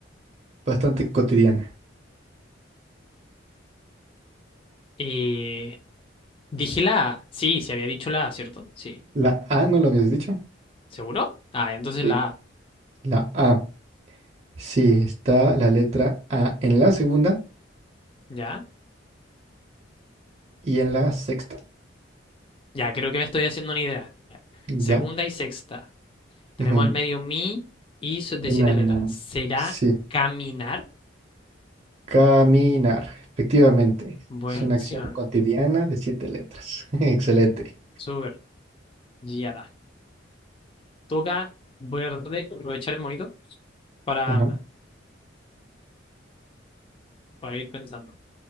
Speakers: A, on the right (about 35°); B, on the left (about 30°).
A: bastante cotidiana.
B: eh, dije la A. Sí, se había dicho la A, ¿cierto? Sí.
A: La A, ¿no lo habías dicho?
B: ¿Seguro? Ah, entonces
A: Sí.
B: la A.
A: La A. Sí, está la letra A en la segunda
B: ¿Ya?
A: y en la sexta.
B: Ya, creo que me estoy haciendo una idea. Ya. Segunda
A: Ya.
B: y sexta. Tenemos
A: Ujú.
B: al medio mi y so- de
A: Una.
B: siete letras. ¿Será
A: Sí.
B: caminar?
A: Caminar, efectivamente.
B: Buenísima.
A: Es una acción cotidiana de siete letras. <laughs> Excelente.
B: Súper. Ya está. toca, voy a tratar de aprovechar el monito para,
A: Ajá. A
B: para ir pensando.